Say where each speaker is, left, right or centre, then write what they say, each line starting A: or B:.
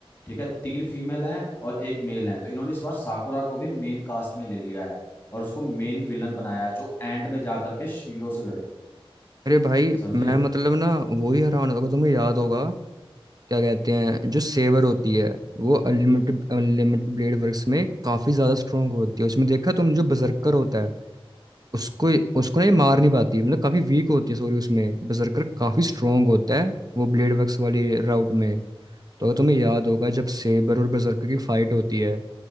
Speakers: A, on the left; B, on the right.
A: ठीक है तीन फीमेल हैं और एक मेल है तो इन्होंने इस बार साकुरा को भी मेन कास्ट में ले लिया है और उसको मेन विलन बनाया है जो एंड में जा करके शीरो से लड़ेगी
B: अरे भाई
A: समझे
B: मैं मतलब ना वो ही हैरान होगा तुम्हें याद होगा क्या कहते हैं जो सेवर होती है वो अनलिमिटेड अनलिमिटेड ब्लेड वर्क्स में काफी ज्यादा स्ट्रोंग होती है उसमें देखा तुम जो बजर्कर होता उसको उसको ना ये मार नहीं पाती मतलब काफी वीक होती है सॉरी उसमें बजरकर काफी स्ट्रोंग होता है वो ब्लेड वर्क्स वाली राउट में तो अगर तुम्हें याद होगा जब सेबर और बजरकर की फाइट होती है